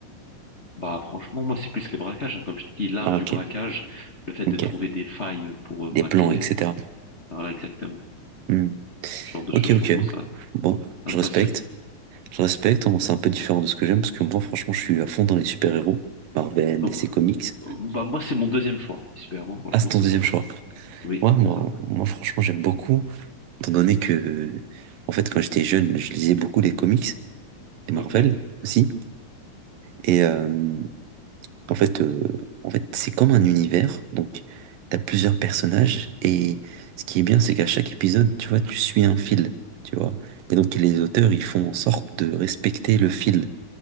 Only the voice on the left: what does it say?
Bah franchement, moi c'est plus les braquages, hein. Comme je t'ai dit, l'art
du
braquage, le fait
de trouver des failles pour euh, braquer,
euh, voilà exactement.
Ce genre de choses,
je pense moi ça,
ça
me
passionne.
Donc
euh, bah moi c'est mon deuxième choix. Super, hein. Franchement
c'est
oui,
c'est ça.
Ok.